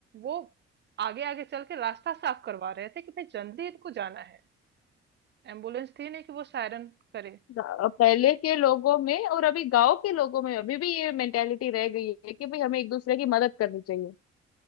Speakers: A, on the right; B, on the left.
A: वो आगे आगे चल के रास्ता साफ करवा रहे थे कि भाई जल्दी इनको जाना है एम्बुलेंस थी नहीं कि वो सायरन करे
B: गा- पहले के लोगों में और अभी गांव के लोगों में अभी भी ये मेंटेलिटी रह गई है कि भाई हमें एक दूसरे की मदद करनी चाहिए